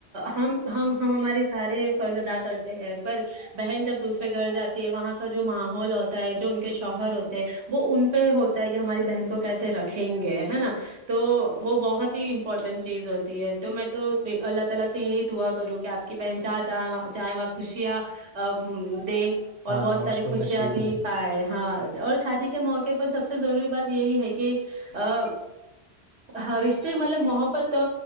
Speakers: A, on the right; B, on the right.
A: ہم ہم ہماری سارے فرض ادا کرتے ہیں پر بہن جب دوسرے گھر جاتی ہے وہاں کا جو ماحول ہوتا ہے جو ان کے شوہر ہوتے ہیں وہ ان پہ ہو کہ ہماری بہن کو کیسے رکھیں گے ہے نا تو وہ بہت امپورٹینٹ چیز ہوتی ہے تو میں تو اللہ تعالی سے یہی دعا کروں کہ آپ کی بہن جا جائیں جائیں و خوشیا ا
B: ہاں
A: اور بہت
B: ہاں
A: ساری
B: اس کو
A: خوشیاں
B: نصیب
A: بھی
B: ہو
A: پائے ہاں اور شادی کے موقع پر سب سے ضروری بات یہی ہے کہ کہ ا ہ رشتے مطلب محبت تو